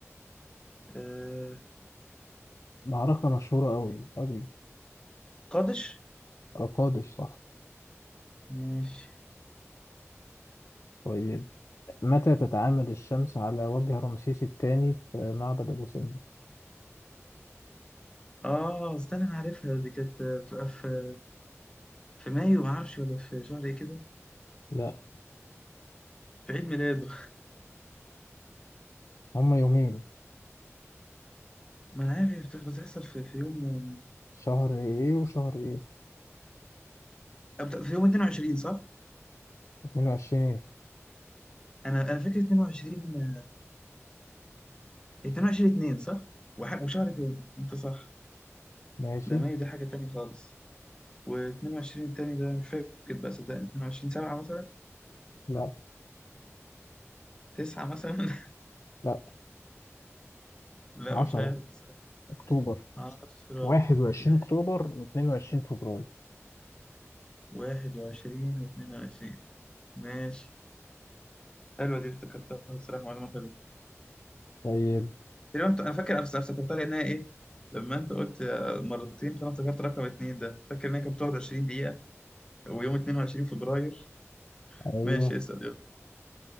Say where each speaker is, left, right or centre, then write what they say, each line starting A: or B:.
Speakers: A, on the left; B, on the left.
A: آه،
B: معركة مشهورة أوي أوي
A: قادش
B: قادش صح
A: ماشي
B: طيب متى تتعامد الشمس على وجه رمسيس الثاني في معبد أبو سمبل
A: اه استنى انا عارفها دي كانت بتبقى في في مايو ما اعرفش ولا في شهر ايه كده
B: لا
A: في عيد ميلاده
B: هما يومين
A: <laughs> ما انا عارف هي بت- بتحصل في, في يوم
B: شهر إيه وشهر إيه
A: آه، بت- في يوم 22 صح
B: 22 إيه
A: انا انا فاكر 22 آه، 22 2 صح وح- وشهر تاني انت صح
B: ماشي
A: ده مايو ده حاجة تاني خالص و22 التاني ده مش فاكر بقى صدقني 22 7 مثلا
B: لا
A: 9 مثلا <laughs>
B: لا
A: لا
B: 10
A: مش عارف بصراحة
B: أكتوبر
A: 10
B: 21
A: يعني
B: أكتوبر و22 فبراير
A: 21 و22 ماشي حلوة دي افتكرتها بصراحة معلومة حلوة
B: طيب
A: تقريبا بت- انا فاكر انا افتكرتها لانها ايه لما انت قلت آه، مرتين فانا افتكرت رقم اتنين ده فاكر انها كانت بتقعد 20 دقيقة ويوم 22 فبراير
B: أيوه
A: ماشي اسأل يلا